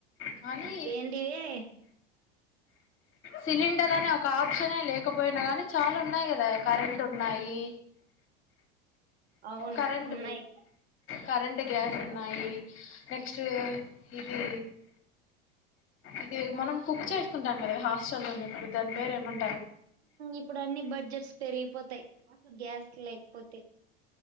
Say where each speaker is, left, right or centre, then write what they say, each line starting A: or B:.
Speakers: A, on the left; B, on the right.
A: కానీ
B: ఏంటివే
A: సిలిండర్ అనే ఒ క లేకపోయినా కానీ చాలా ఉన్నాయి కదా కరెంట్ ఉన్నాయి
B: అవును
A: కరెంట్
B: ఉన్నాయి
A: కరెంట్ గ్యాస్ ఉన్నాయి నెక్స్ట్ ఇది ఇది మనం కుక్ చేసుకుంటాం కదా హాస్ట లోని ఇప్పుడు దాని పేరు ఏమంట
B: ఇప్పుడు అన్ని బడ్జెట్స్ పెరిగిపోతాయి గ్యాస్ లేకపోతే